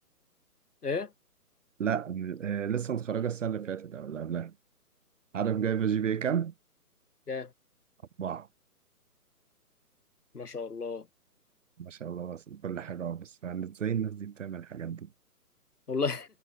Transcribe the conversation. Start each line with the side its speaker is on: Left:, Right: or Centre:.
Left: ايه
Right: لا م- آه لسه متخرجة السنة اللي فاتت أو اللي قبلها عارف جايبة جي بي إيه كام؟
Left: يا
Right: أربعة
Left: ما شاء الله
Right: ما شاء الله بس كل حاجة أهو، بس يعني إزاي الناس دي بتعمل الحاجات دي؟
Left: والله